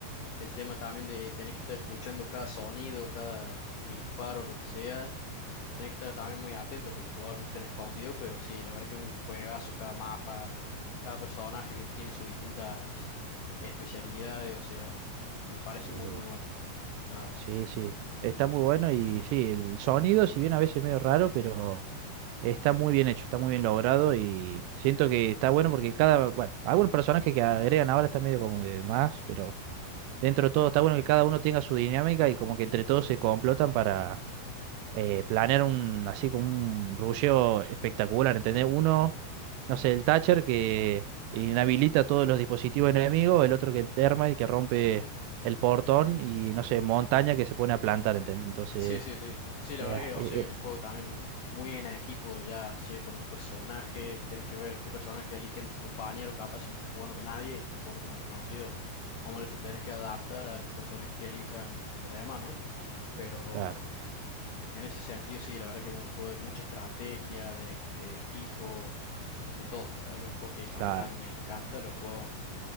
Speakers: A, on the left; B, on the right.
A: El tema también de tener que estar escuchando cada sonido, cada disparo, lo que sea. Tener que estar también muy atento que los jugadores no estén escondidos, pero sí, la verdad que es un juegazo, cada mapa, cada personaje que tiene sus distintas especialidades, o sea, me parece
B: Sí,
A: muy, muy bueno, la verdad.
B: sí, sí. Está muy bueno y sí, el sonido, si bien a veces es medio raro, pero está muy bien hecho, está muy bien logrado y siento que está bueno porque cada, bueno, algunos personajes que agregan ahora está medio como de más, pero dentro de todo está bueno que cada uno tenga su dinámica y como que entre todos se complotan para... eh, planear un, así como un rusheo espectacular, ¿entendés? Uno, no sé, el Thatcher que inhabilita todos los dispositivos enemigos, el otro que el Termite que rompe el portón y, no sé, montaña que se pone a plantar, ¿entendés? Entonces,
A: Sí, sí, sí. Sí, la
B: eh,
A: verdad que, o
B: eh,
A: sea, es un
B: eh,
A: juego también muy en equipo, ya sea con los personajes, tienes que ver qué personaje eligen tus compañeros, capaz si no estás jugando con nadie y estás jugando con desconocidos. Hombre, te tienes que adaptar a los personajes que elijan los demás, ¿no? Pero
B: claro,
A: en ese sentido, sí, la verdad que es un juego de mucha estrategia, de, de equipo, de todo. La verdad que es un juego que a
B: claro,
A: mí también me encanta, lo he jugado